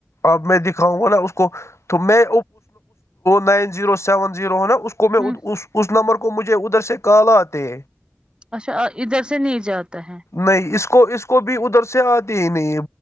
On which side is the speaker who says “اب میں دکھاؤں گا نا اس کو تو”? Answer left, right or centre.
Left